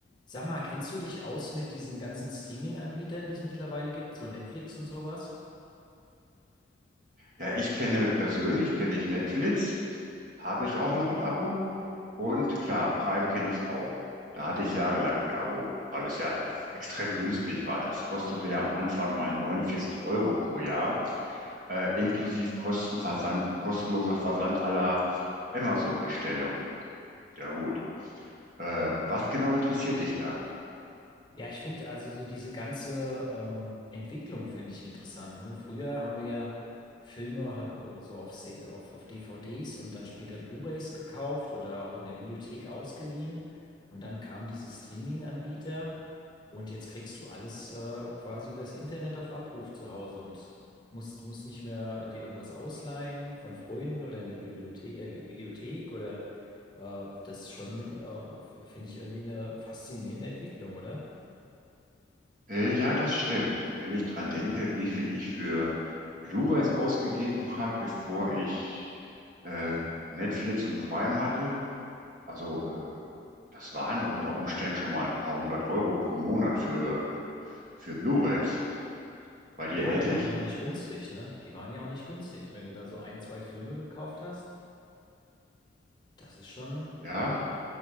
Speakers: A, on the left; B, on the right.
A: Sag mal, kennst du dich aus mit diesen ganzen Streaming-Anbietern, die es mittlerweile gibt, so Netflix und sowas?
B: Ja, ich kenne persönlich, kenne ich Netflix, habe ich auch noch ein Abo. Und klar, Prime kenne ich auch. Da hatte ich jahrelang ein Abo, weil es ja äh, extrem günstig war. Das kostete ja am Anfang mal 49 Euro pro Jahr, äh, inklusive Kostenversand, kostenloser Versand aller Amazon-Bestellungen. Ja gut. Äh, was genau interessiert dich da?
A: Ja, ich finde also so diese ganze ähm, Entwicklung finde ich interessant, ne? Früher haben wir ja Filme ha- so auf, Se- auf, auf DVDs und dann später Blu-rays gekauft oder auch in der Videothek ausgeliehen. Und dann kam diese Streaming-Anbieter und jetzt kriegst du alles äh, quasi übers Internet auf Abruf zu Hause und musst, musst nicht mehr dir irgendwas ausleihen von Freunden oder in der Bibliothek, äh, Videothek oder äh, das ist schon, äh, f- finde ich irgendwie eine faszinierende Entwicklung, oder?
B: Äh, ja, das stimmt. Wenn ich dran denke, wie viel ich für Blu-rays ausgegeben habe, bevor ich äh, Netflix und Prime hatte, also äh, das waren unter Umständen schon mal ein paar hundert Euro pro Monat für, für Blu-rays. Bei dir
A: Ja,
B: ähnlich?
A: die waren ja auch nicht günstig, ne? Die waren ja auch nicht günstig. Wenn du da so ein, zwei Filme gekauft hast, das ist schon,
B: Ja,